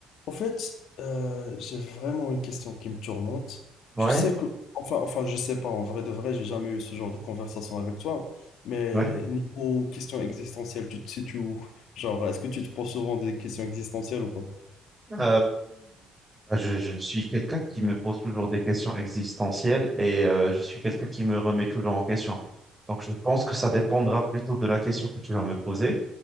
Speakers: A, on the left (about 70°); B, on the right (about 15°).
A: En fait, euh, j'ai vraiment une question qui me tourmente.
B: Ouais,
A: Je sais que, enfin, enfin, je sais pas, en vrai de vrai, j'ai jamais eu ce genre de conversation avec toi, mais
B: ouais.
A: niveau question existentielle, tu te situes où? Genre, est-ce que tu te poses souvent des questions existentielles ou pas?
B: Mhm. Euh, je, je suis quelqu'un qui me pose toujours des questions existentielles et euh, je suis quelqu'un qui me remet toujours en question. Donc, je pense que ça dépendra plutôt de la question que tu vas me poser.